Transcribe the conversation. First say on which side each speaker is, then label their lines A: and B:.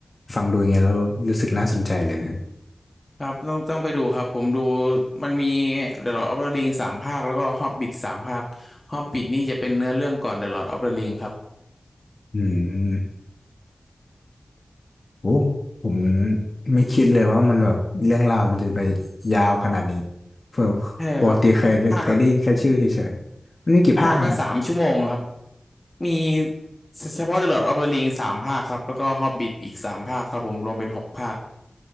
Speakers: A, on the left; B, on the left.
A: ฟังดูยังไงแล้วรู้สึกน่าสนใจเลยเนี่ย
B: ครับต้องต้องไปดูครับผมดูมันมี The Lord of the Ring สามภาคแล้วก็ Hobbit สามภาค Hobbit นี่จะเป็นเนื้อเรื่องก่อน The Lord of the Ring ครับ
A: อืมโอ้ผมไม่คิดเลยว่ามันแบบเรื่องราวมันจะไปยาวขนาดนี้เพื่อ
B: ใช่ครับ
A: ปกติเคยเคยได้ยินแค่ชื่อเฉยๆมันมีกี่ภาคนะฮะ
B: ภาคภาคละสามชั่วโมงครับมีเฉพาะ The Lord of the Ring สามภาคครับแล้วก็ Hobbit อีกสามภาคครับผมรวมเป็นหกภาค